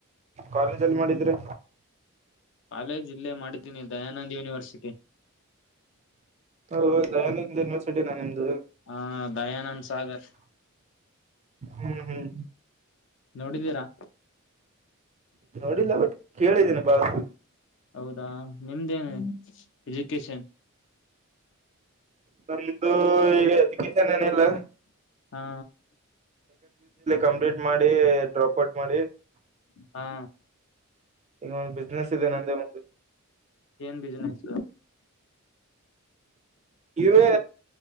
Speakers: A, on the right (about 30°); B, on the left (about 55°).
A: ಕಾಲೇಜಲ್ಲಿ ಮಾಡಿದ್ರೆ
B: ಕಾಲೇಜ್ ಇಲ್ಲೇ ಮಾಡಿದ್ದೀನಿ ದಯಾನಂದ್ ಯೂನಿವರ್ಸಿಟಿ
A: ಹ ದಯಾನಂದ ಯನಿವರ್ಸಿಟಿ ನ ನಮ
B: ಹ ದಯಾನಂದ್ ಸಾಗರ್
A: ಹ್ಮ ಹ್ಮ್ ಹ್ಮ್
B: ನೋಡಿದ್ದೀರಾ
A: ನೋಡಿಲ್ಲ ಬಟ್ ಕೇಳಿದ್ದೇನಿ ಬಾಳ
B: ಹೌದಾ ನಿಮ್ದೇನು ಎಜುಕೇಶನ್
A: ನಮ್ದು ಈಗ ಅದಿಕಸನ್ನೆಲ್ಲ
B: ಹಾ
A: ಕಂಪ್ಲೀಟ್ ಮಾಡಿ ಡ್ರಾಪ್ ಔಟ್ ಮಾಡಿ
B: ಹಾ
A: ಈಗ ಒಂದು ಬಿಸ್ನೆಸ್ ಇದೆ ನಂದೇ ಒಂದು
B: ಏನ್ ಬಿಜನೆಸ್
A: ನೀವೇ